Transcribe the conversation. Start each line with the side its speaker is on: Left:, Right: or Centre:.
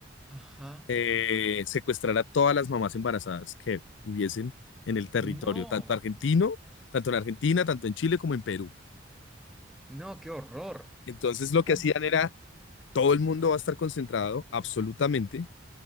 Centre: Ajá.
Left: eh, secuestrar a todas las mamás embarazadas que hubiesen en el territorio,
Centre: No,
Left: tanto argentino, tanto en Argentina, tanto en Chile como en Perú.
Centre: no, qué horror.
Left: Entonces lo
Centre: Pum,
Left: que hacían era, todo el mundo va a estar concentrado absolutamente